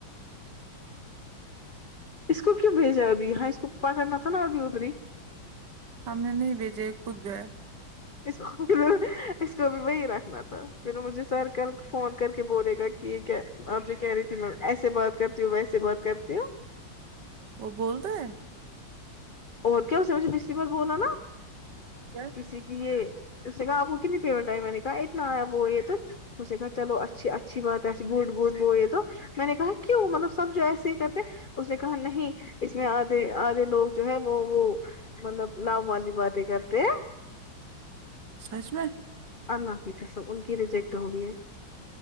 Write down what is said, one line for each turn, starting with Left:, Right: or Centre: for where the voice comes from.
Left: اس کو کیوں بھیجا ہے ابھی ہاں اس کو پا کرنا تھا نا اب ادری
Right: ہم نے نہیں بھیجے یہ خود گیا ہے
Left: اس کو اس کو بھی وہی رکھنا تھا پھر مجھے سر کل فون کر کے بولے گا کی یہ آپ جو کہہ رہی تھی میں ایسے بات کرتی ہوں ویسے بات کرتی ہوں
Right: وہ بولتا ہیں
Left: اور کیا اسے مجھے پچھلی بار بولا نا
Right: کیا
Left: کسی یہ اس نے کہا آپ کو کتنی پیمٹ آئی میں نے کہا اتنا آیا وہ یہ تو اس نے کہا چلو اچھی اچھی بات ہے گوڈ گوڈ وہ یہ تو میں نے کہا کیوں مطلب سب جو ایسے ہی کرتے اس نے کہا نہیں اس میں آدھے آدھے لوگ جو ہے وہ وہ مطلب نام والی باتیں کرتے ہیں
Right: سچ میں
Left: اللہ کی قسم ان کی ریجیکٹ ہوگئی ہے